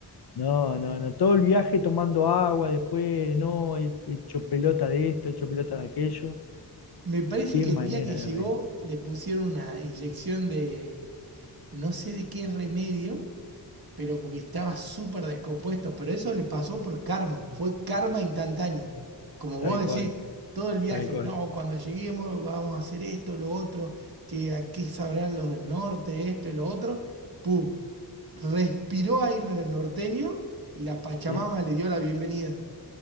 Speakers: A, on the left; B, on the right.
A: No, no, no. Todo el viaje tomando agua, después, no, he he hecho pelota de esto, he hecho pelota de aquello.
B: Me parece
A: Qué
B: que
A: manera
B: el día que llegó
A: de reino.
B: le pusieron una inyección de no sé de qué remedio pero porque estaba súper descompuesto. Pero eso le pasó por karma, fue karma instantáneo. Como
A: Tal
B: vos decís,
A: cual,
B: todo el viaje,
A: tal cual.
B: no, cuando lleguemos vamos a hacer esto, lo otro, que aquí sabrán los del norte, esto y lo otro. ¡Pum! Respiró aire norteño y la Pachamama
A: Y,
B: le dio la bienvenida.